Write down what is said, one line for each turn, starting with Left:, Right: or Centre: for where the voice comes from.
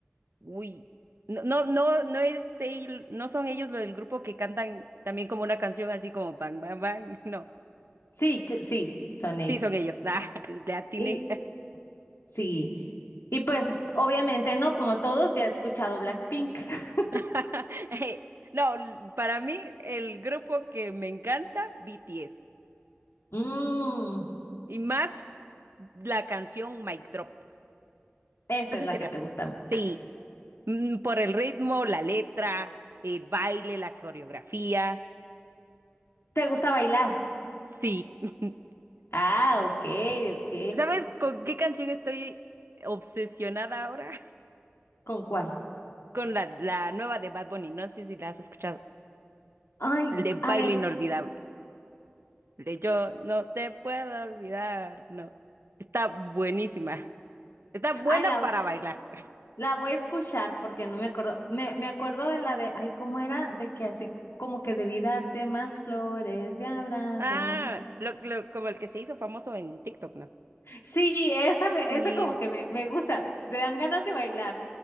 Right: Uy, no, no, no, no es el- no son ellos lo del grupo que cantan también como una canción así como bang, bang, bang. <laughs> No,
Left: Sí, que- sí, son ellos.
Right: sí son ellos. <laughs> Ah, le atiné.
Left: Y sí, y pues obviamente no, como todos, ya he escuchado Blackpink. <laughs>
Right: <laughs> No, para mí el grupo que me encanta, BTS.
Left: Mm,
Right: Y más la canción Mic Drop.
Left: esa
Right: No sé
Left: es la
Right: si
Left: que
Right: las
Left: te
Right: escuchas.
Left: gusta.
Right: Sí, Mm, por el ritmo, la letra, el baile, la coreografía.
Left: ¿Te gusta bailar?
Right: Sí. <laughs>
Left: Ah, ok, ok.
Right: ¿Sabes con qué canción estoy obsesionada ahora?
Left: ¿Con cuál?
Right: con la, la nueva de Bad Bunny, no sé si la has escuchado,
Left: Ay,
Right: el de Baile
Left: a ver,
Right: Inolvidable, el de Yo no te puedo olvidar, no, está buenísima, está buena
Left: ay, la,
Right: para bailar.
Left: la voy a escuchar porque no me acuerdo. Me, me acuerdo de la de, ay, ¿cómo era? De que así como que debí darte más flores y abrazos.
Right: Ah, lo, lo- como el que se hizo famoso en TikTok, ¿no?
Left: Sí, esa me,
Right: Sí.
Left: esa como que me, me gusta, te dan ganas de bailar.